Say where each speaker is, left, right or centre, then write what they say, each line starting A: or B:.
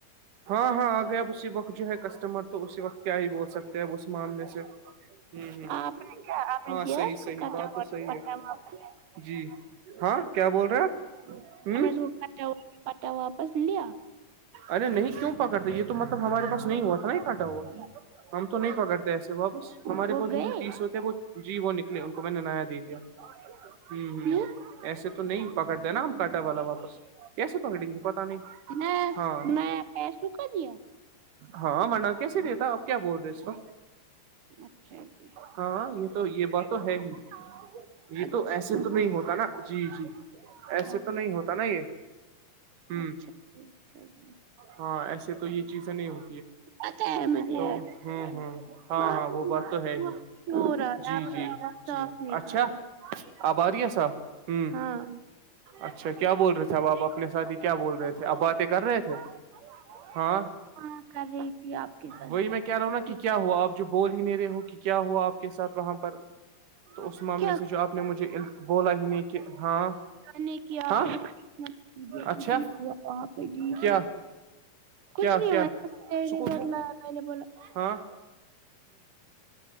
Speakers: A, on the right (about 65°); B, on the right (about 85°).
A: ہاں ہاں آ گیا اسی وقت جو ہے کسٹمر تو اسی وقت کیا ہی بول سکتے ہیں ا اس معاملے سے ہوں ہوں
B: آ آپ کیا آ
A: ہاں
B: دیاس
A: صحیح
B: کو
A: صحیح
B: کٹاا
A: بات صحیح
B: تو پتااپ
A: ہے جی ہاں کیا بول رہے آپ ہوں
B: ہم نے اس کو پا پٹا واپس لیا
A: ارے نہیں کیوں پکڑتے یہ تو مطلب ہمارے پاس نہیں ہوا تھا نا یہ کٹا ہوا کم تو نہیں پکڑتے ایسے واپس ہمارے
B: وہ
A: پاس جو
B: گئے
A: بھی پیس ہوتے وہ جی وہ نکلے ان کو میں نے نایا دے دیا ہوں
B: کیوں
A: ہ ایسے تو نہیں پکڑ د نا ہم کاٹا والا واپس کیسے پکڑیں گے پتا نہیں
B: میں
A: ہاں
B: میں پیسوں کا دیا
A: ہاں منا کیسے دیتا اپ کیا بول رہے اس تو
B: اچھا جی
A: ہاں یہ تو یہ بات تو ہے ہی یہ
B: اچھا
A: تو ایسے تو نہیں ہوتا نا جی جی ایسے
B: اچھا
A: تو نہیں ہوتا نا یہ ہ
B: اچھا اچھا ج <inaudible>
A: ہاں ایسے تو یہ چیزیں نہیں ہو
B: پتہ ہے مجھے
A: تو
B: اچھا
A: ہوں ہوں
B: اچھا
A: ہاں ہاں
B: آپ
A: وہ بات تو ہے
B: شور
A: ہی
B: آ رہا
A: جی
B: ہے آپ کی
A: جی
B: آواز صاف
A: جی
B: نہیں آ
A: اچھا
B: رہی ہے
A: آباریہ صاحب ہوں
B: ہاں
A: اچھا کیا بول رہے ہیں اھب آپ اپنے ساتھ ہی کیا بول رہے تھے اب باتیں کر رہے تھے ہاں
B: ہاں کر رہی تھی آپ کے ساتھ
A: وہی
B: بیٹھی
A: میں کہہ رہا ہوں نا کہ
B: تھی
A: کیا ہوا آپ جو بول ہی نہیں رہے ہو کہ کیا ہوا آپ کے ساتھ وہاں پر تو اس معاملے
B: کیا
A: سے جو آپ نے مجھے بولا ہی نہیں کہ ہاں
B: کرنے کی آپمت
A: ہاں
B: کیجیے کیک
A: اچھا
B: ج
A: کیا
B: بھی
A: کیا
B: کچھ نہیں
A: کیا
B: ہو
A: سکون
B: رزرٹ
A: ہو
B: ل اوبل
A: ہاں